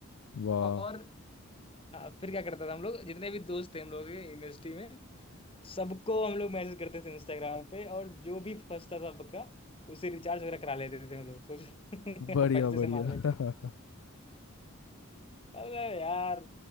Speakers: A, on the left (about 65°); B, on the left (about 25°).
A: वाह
B: और हाँ, फिर क्या करता था हम लोग जितने भी दोस्त थे हम लोग के यूनिवर्सिटी में सबको हम लोग मैसेज करते थे इंस्टाग्राम पे और जो भी फंसता था बकरा उसे रिचार्ज वगैरह करा लेते थे हम लोग सोचो
A: बढ़िया
B: <laughs> पैसे
A: बढ़िया
B: से मांग लेते
A: <laughs>
B: अरे यार